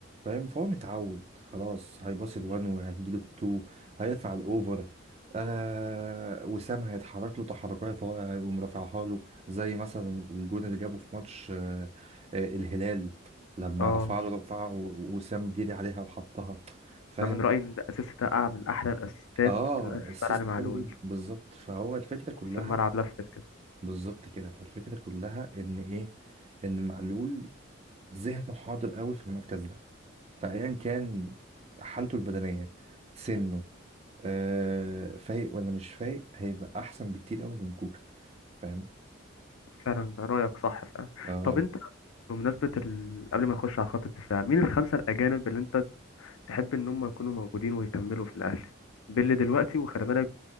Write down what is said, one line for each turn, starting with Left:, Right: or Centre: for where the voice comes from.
Right: فاهم فهو متعود خلاص هيباص الوان وهتجيله التو هيرفع الاوفر آه وسام هيتحرك له تحركات فهو هيقوم رافعها له زي مثلا الجون اللي جابه في ماتش آه، آه، الهلال لما
Left: اه
Right: رفع له رفعه و- وسام ديري عليها وحطها فاهم
Left: أنا من رأيي إن ده أساس ده من أحلى الأساسات
Right: اه
Left: اللي أنا شفتها
Right: السيستم
Left: على علي معلول
Right: حلو جدا بالظبط فهو الفكره كلها
Left: نص الملعب لفت كده
Right: بالظبط كده فالفكره كلها ان ايه ان معلول ذهنه حاضر قوي في المركز ده فايا كان حالته البدنيه سنه آه فايق ولا مش فايق هيبقى احسن بكتير قوي من كوكا فاهم
Left: فعلا رأيك صح فعلا
Right: اه
Left: طب أنت بمناسبة ال... قبل ما نخش على خط الدفاع مين الخمسة الأجانب اللي أنت تحب إن هم يكونوا موجودين ويكملوا في الأهلي باللي دلوقتي وخلي بالك